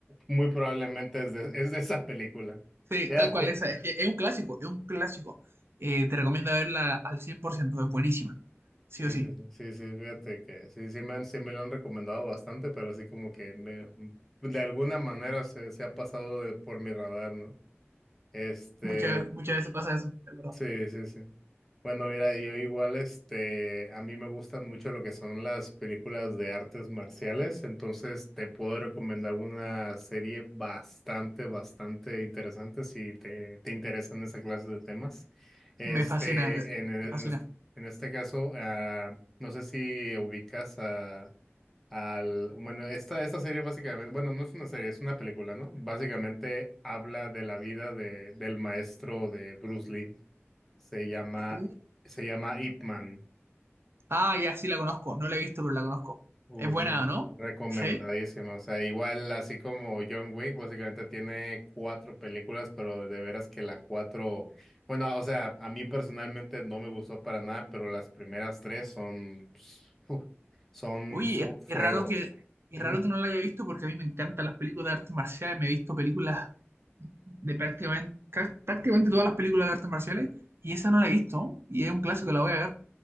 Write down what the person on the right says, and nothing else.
Sí,
tal cual,
esa es. que Es un clásico, es un clásico. Eh, te recomiendo verla al 100%, es buenísima. Sí
o sí.
Muchas, muchas veces pasa eso, es verdad.
Me fascina, me
fascina.
Uh.
Ah, ya, sí la conozco. No la he visto, pero la conozco.
Es buena,
¿no?
Sí.
Oye,
es,
es raro que, es
raro que no la haya visto porque a mí me encantan las películas de artes marciales. Me he visto películas de prácticamente, ca- prácticamente todas las películas de artes marciales y esa no la he visto y es un clásico, la voy a ver,